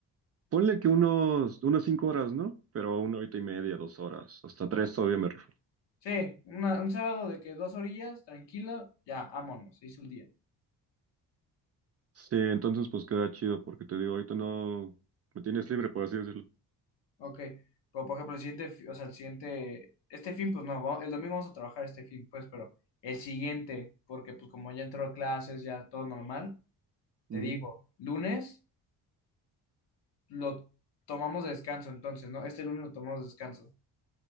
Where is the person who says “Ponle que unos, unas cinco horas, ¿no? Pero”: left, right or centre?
Right